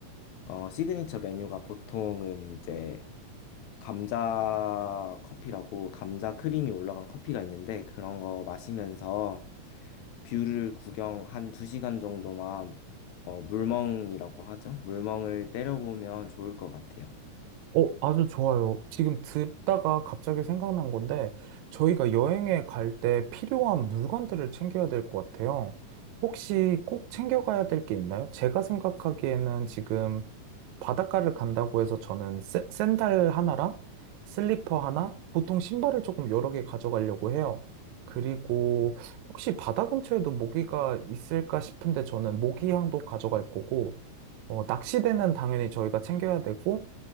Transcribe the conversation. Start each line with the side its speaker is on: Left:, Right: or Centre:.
Left: 어, 시그니처 메뉴가 보통은 이제 감자 커피라고 감자 크림이 올라간 커피가 있는데 그런 거 마시면서 뷰를 구경 한 두시간 정도만 어, 물멍이라고 하죠. 물멍을 때려보면 좋을 것 같아요.
Right: 어, 아주 좋아요. 지금 듣다가 갑자기 생각난 건데, 저희가 여행에 갈 때 필요한 물건들을 챙겨야 될 것 같아요. 혹시 꼭 챙겨가야 될 게 있나요? 제가 생각하기에는 지금 바닷가를 간다고 해서 저는 샌- 샌들 하나랑 슬리퍼 하나, 보통 신발을 조금 여러 개 가져가려고 해요. 그리고 혹시 바다 근처에도 모기가 있을까 싶은데 저는 모기향도 가져갈 거고, 어, 낚시대는 당연히 저희가 챙겨야 되고,